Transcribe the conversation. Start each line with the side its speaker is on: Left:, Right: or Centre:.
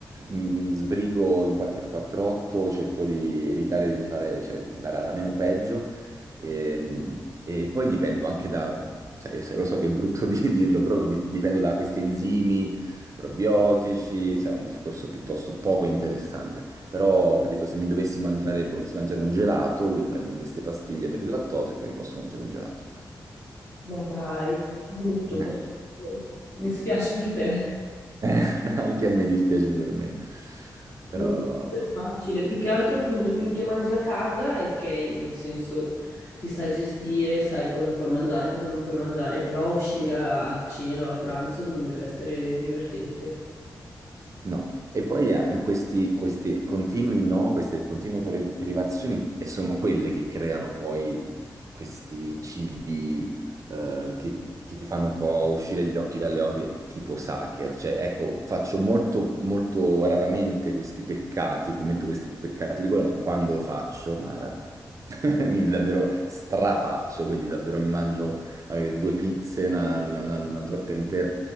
Right: mi sbrigo in 448, cerco di evitare di fare, cioè, di andare alla meno peggio. E, e poi dipendo anche da, cioè, se- lo so che è brutto <laughs> di dirlo, però di- dipendo da questi enzimi, probiotici, sai, è un discorso piuttosto poco interessante. Però, capito, se mi dovessi mangiare, volessi mangiare un gelato, devo prendermi queste pastiglie per il lattosio e poi mi posso mangiare un gelato.
Left: ma dai, che brutto.
Right: Eh,
Left: posso- Mi spiace per te.
Right: <laughs> Anche a me dispiace per me. Però
Left: Non è facile, più che altro appunto finché mangi a casa è ok, nel senso ti sai gestire, sai cosa puoi mangiare, cosa non puoi mangiare, però uscire a a cena, a pranzo non deve essere divertente.
Right: No, e poi eh, questi, questi continui no, queste continue pri- privazioni e sono quelle che creano poi questi cibi eh, che, che ti fanno un po' uscire gli occhi dalle orbite, tipo Sacher. Cioè, ecco, faccio molto, molto raramente questi peccati, commetto questi peccati di gola, ma quando lo faccio, Mara, <laughs> mi davvero strafaccio, quindi davvero mi mangio magari due pizze, una una- una- una torta intera.